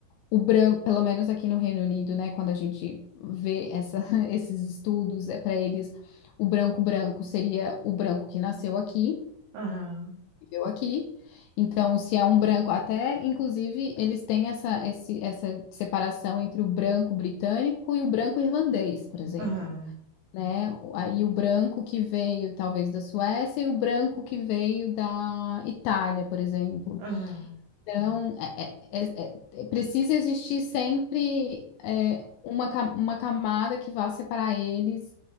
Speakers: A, on the left; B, on the right.
A: O branco, pelo menos aqui no Reino Unido, né, quando a gente vê essa, <laughs> esses estudos, é para eles o branco branco seria o branco que nasceu aqui,
B: aham,
A: viveu aqui. Então, se é um branco, até inclusive eles têm essa, esse, essa separação entre o branco britânico e o branco irlandês, por exemplo,
B: aham,
A: né? O- Aí o branco que veio talvez da Suécia e o branco que veio da Itália, por exemplo.
B: aham, aham,
A: Então, é- é- é- é- precisa existir sempre é, uma, ca- uma camada que vá separar eles